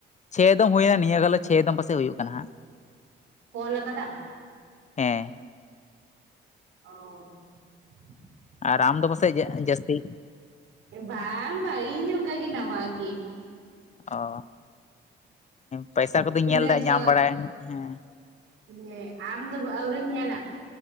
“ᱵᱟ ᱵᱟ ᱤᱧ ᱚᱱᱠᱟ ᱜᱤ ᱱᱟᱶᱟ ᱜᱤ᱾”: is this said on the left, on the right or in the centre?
Right